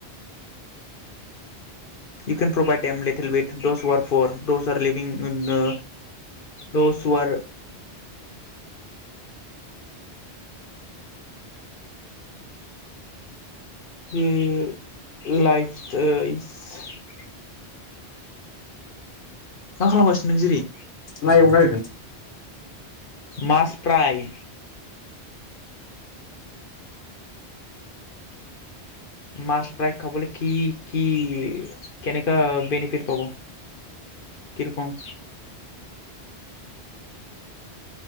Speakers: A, on the left; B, on the left.
A: U can provide them little with this war for this living द दस वार बि लाइफ सट <inaudible> मा खालामगासिनो नों जेरि
B: ना एवनो नागिरदों
A: मास प्राय मास प्राय खाबले कि कि केनेका बेनिफिट पाब के रकम